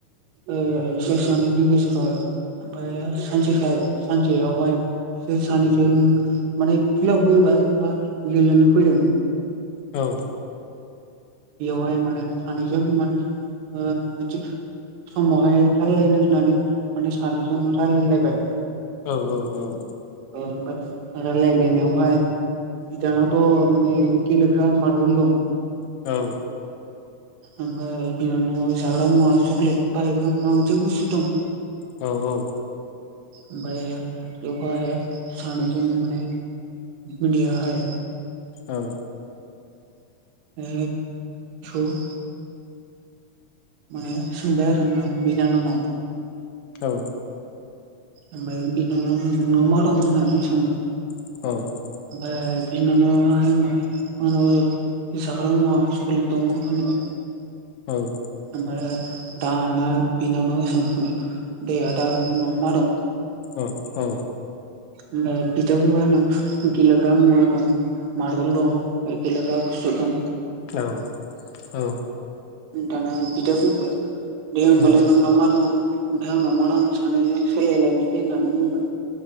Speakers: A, on the right; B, on the left.
A: ओ बिसोर सानैनि गेजेराव ओमफाय सानसेखायि सानसेयावहाय इसोर सानैजों माने फिल्डआव फैबाय बा गेलेनो फैदों
B: औ
A: बेयाव हाय माने सानैजों माने ओ मोनसे। समावहाय रालायनो होननानै माने सानैजों रायलायलायबाय
B: औ औ औ
A: ओमफाय रायलायलायनायावहाय बिदा नावथ माने गेलेग्रा मारबल दं।
B: औ
A: ओमफाय बिनानावया जाग्रा मुवा चक्लेट बायबा माबा मोनसे बुस्तु दं।
B: औ औ
A: ओमफाय बेयाव सानै जों माने। बिदायाहाय
B: औ
A: ओ <unintelligible> माने सोंबाय आरोना बिनिनानाव नाव।
B: औ
A: ओमफाय बिनानावनो नोंनाव मा दं होननानै सोंबाय
B: औ औ
A: ओमफाय बिनानावहाय होनबाय आंनाव जाग्रा मुवा सक्लेट दं होनबाय
B: उम
A: ओमफाय दाना बिनावनाव सोंफिनबाय दे आदा नआव मा दं
B: अ औ
A: ओमफाय बिदाङा बुंबाय आंनाव गेलेग्रा मुवा दं मारबल दं गेलेग्रा सुथं
B: औ औ
A: दाना बिदा बुंबाय दे होमबालाय
B: उम
A: नोंनाव मा दं ओमफ्राय आंनाव मा दं सानैजों सोलायलायनोसै होननानै बुंबाय